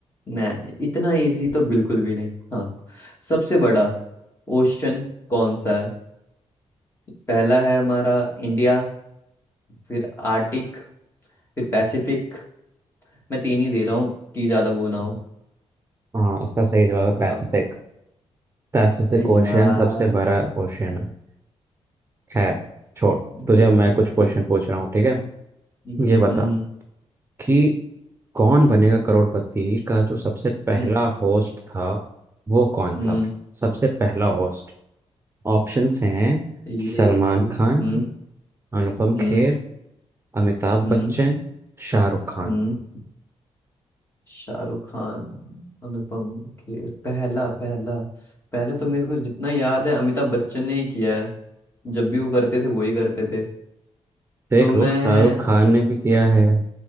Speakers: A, on the left; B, on the right.
A: नहीं इतना इजी तो बिल्कुल भी नहीं हाँ सबसे बड़ा ओशन कौन सा है पहला है हमारा इंडिया फिर आर्टिक फिर पैसिफिक मैं तीन ही दे रहा हूँ कि ज्यादा वो ना हो
B: हाँ इसका सही जवाब है
A: बताओ
B: पैसिफिक पैसिफिक
A: अरे
B: ओशियन
A: यार
B: सबसे बड़ा ओशियन है खैर छोड़ तुझे
A: कुछ
B: अब मैं कुछ क्वेश्चन
A: कुछ
B: पूछ रहा हूँ ठीक है
A: हम्म
B: ये बता
A: हम्म
B: कि कौन बनेगा करोड़पति का जो सबसे पहला
A: हम्म हम्म,
B: होस्ट था वो कौन
A: हम्म,
B: था सबसे पहला होस्ट ऑप्शंस हैं
A: ये
B: सलमान
A: तो हम्म
B: खान अनुपम
A: हम्म
B: खेर अमिताभ
A: हम्म
B: बच्चन शाहरुख खान
A: हम्म शाहरुख खान अनुपम खेर पहला पहला पहला तो मेरे को जितना याद है अमिताभ बच्चन ने ही किया है जब भी वो करते थे वो ही करते थे
B: देख
A: तो मैं
B: लो शाहरुख खान ने भी किया है